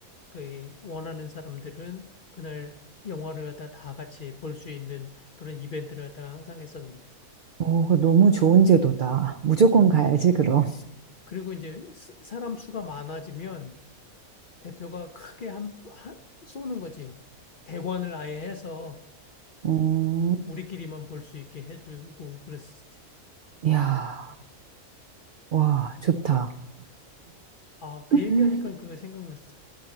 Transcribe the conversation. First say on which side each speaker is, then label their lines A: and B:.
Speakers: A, on the left (about 50°); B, on the right (about 75°).
A: 그 원하는 사람들은 그날 영화를 갖다 다 같이 볼 수 있는 그런 이벤트를 갖다가 항상 했었는데.
B: 어, 그거 너무 좋은 제도다. 무조건
A: 어,
B: 가야지, 그럼.
A: 그리고 이제 스- 사람 수가 많아지면 대표가 크게 한, 한 쏘는 거지. 대관을 아예 해서
B: 음.
A: 우리끼리만 볼 수 있게 해주고 그랬었지.
B: 이야, 와,
A: 어.
B: 좋다.
A: 아, 그
B: <laughs>
A: 얘기하니까 그거 생각났어.